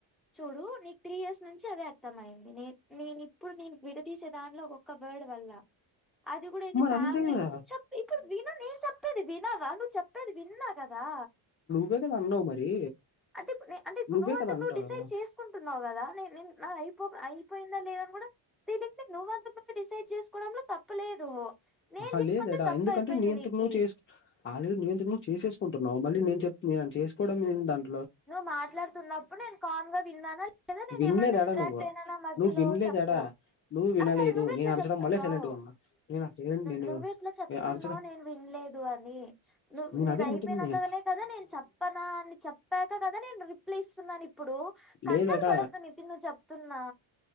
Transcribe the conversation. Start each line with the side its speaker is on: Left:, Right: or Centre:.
Centre: చూడ నీకు త్రీ ఇయర్స్ నుంచి అదే అర్థమైంది నీక్ ఇప్పుడు నేను విడ తీసే దానిలో ఒక ఒక్క బర్డ్ వల్ల అది కూడా ఇది
Left: మరి
Centre: ఫ్యామిలీ
Left: అంతే కదా
Centre: ఇప్పుడు విను నేను చెప్పేది న్నాగా నువ్వు చెప్పేది విన్నా కదా
Left: గా అన్నవ్ మరి
Centre: అంటే ఇప్పు అంటే ఇప్పుడు
Left: నువ్వే
Centre: నువ్వు అంతకు
Left: కదా అంటావు
Centre: నువ్వు డిసైడ్ చేసుకుంటున్నావు కదా నేనుే నా అయిపో అయిపోయిందా లేదని కూడా దీనికి నువ్వంత డిసైడ్ చేసుకోవడంలో తప్పులేదు నేను
Left: ఆహా
Centre: తీసుకుంటే
Left: లేదడా
Centre: తప్పు
Left: ఎందుకంటే
Centre: అయిపోయింది
Left: నియంతట
Centre: నీకి
Left: నువ్ చే ఆల్రెడీ నియంతట నువ్ చేసేసుకుంటున్నావు మళ్ళీ నేను చెప్ని చేసుకోవడం దాన్ని
Centre: నువ్వు మాట్లాడుతున్నప్పుడు నేను కాన్ గా విన్నానా లేదా నేను
Left: వినలేదేడా
Centre: ఏమన్నా ఇంట్రాక్ట్
Left: నువ్వు
Centre: అయినానా మధ్యలో
Left: నువ్వు వినలేదాడా
Centre: చెప్పు
Left: నువ్వు వినలేదు
Centre: ఆ సరే నువ్్వ
Left: నేను
Centre: ఎట్లా
Left: అరచడం
Centre: చెప్తున్నావు్
Left: వల్లే సైలెంట్గా ఉన్నా నేను అసలు నేను
Centre: నువ్వెట్లా చెప్తున్నావ్
Left: అరచడం
Centre: నేను విన్లేదు అని నువ్
Left: నేను
Centre: నీదయిపోయినంకనే
Left: అదే అంటుంది
Centre: కదా నేను చెప్పనా అని చెప్ ప్యాకా కదా నేను రిప్లేస్తున్నాను ఇప్పుడు కట్టలు
Left: లేదట
Centre: పడొద్దు న తి ను చెప్తున్నా